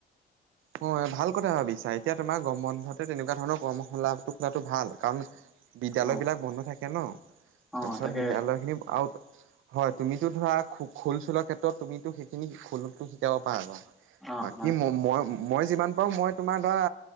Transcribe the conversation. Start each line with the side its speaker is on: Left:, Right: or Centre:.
Right: হয়, ভাল কথা ভাবিছা এতিয়া তোমাৰ গম বন্ধতে তেনেকুৱা ধৰণৰ কৰ্মশালাটো খোলাটো ভাল কাৰণ বিদ্যালয়
Centre: অ
Right: বিলাক বন্ধ থাকে ন
Centre: অ
Right: তাৰপিছত
Centre: তাকে
Right: বিদ্যালয় খিনি আৰু হয়, তুমিতো ধৰা খো-খোল চোলৰ ক্ষেত্ৰত তুমিতো সেইখিনি খোলো শিকাব পাৰা ন।
Centre: অ
Right: বাকী
Centre: হয়
Right: মই মই মই যিমান পাৰো মই তোমাৰ ধৰা